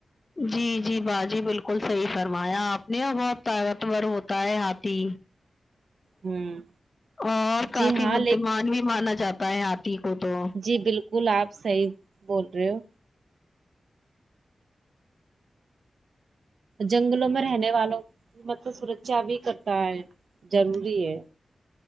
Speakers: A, on the left; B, on the right.
A: جی جی باجی بالکل صحیح فرمایا آپ نے بہت طاقتور ہوتا ہے ہاتھی
B: ہوں
A: اور کافی
B: جی ہاں
A: بددھمان
B: ل
A: بھی مانا جاتا ہے ہاتھی کو تو
B: جی بالکل آپ صحیح بول رہے ہو جنگلوں میں رہنے والوں مطلب سورکشا بھی کرتا ہے ضروری ہے